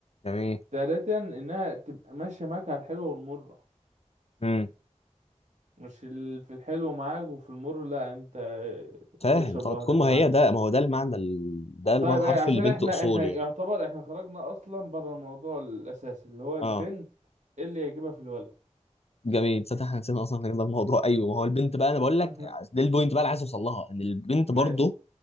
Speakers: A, on the left (about 60°); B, on the right (about 75°).
A: جميل
B: تالتا انها تبقى ماشيه معاك على الحلوه والمره
A: امم
B: مش ال... في الحلو معاك وفي المر لا انت
A: فاهم
B: اشرب
A: طب
B: لوحدك
A: تكون ما
B: يا معلم
A: هي ده ما هو ده المعنى ال... ده المعنى
B: طيب
A: الحرفي
B: ايه عشان
A: للبنت
B: احنا
A: اصول
B: احنا
A: يعني
B: يعتبر احنا خرجنا اصلا بره الموضوع الاساسي اللي هو البنت
A: اه
B: اللي يعجبها في الولد
A: جميل تصدق احنا نسينا اصلا كده الموضوع ايوه ما هو البنت بقى انا بقول لك
B: <laughs>
A: ده البوينت بقى اللي عايز اوصل لها ان البنت
B: ماشي
A: برضه